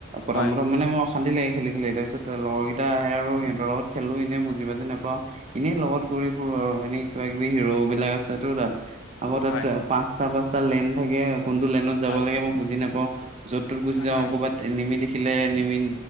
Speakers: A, on the right (about 30°); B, on the left (about 65°).
A: প্ৰথম
B: হয়
A: প্ৰথম মানে মই অশান্তি লাগে খেলি খেলি, তাৰপিছত লগৰ কেইটা আহে আৰু সিহতৰ লগত খেলো এনে বুজি বাজি নাপাওঁ। এনেই লগত ঘূৰি ফুৰো আৰু এনেই কিবা কিবি হিৰো বিলাক আছেতো তাত। তাত
B: হয়
A: পাঁচটা পাঁচটা লেণ্ড থাকে কোনটো লেণ্ডত যাব
B: হয়
A: লাগে মই বুজি নাপাওঁ, যত তত গুচি যাওঁ
B: উম
A: ক'ৰবাত এনিমি দেখিলে এনিমি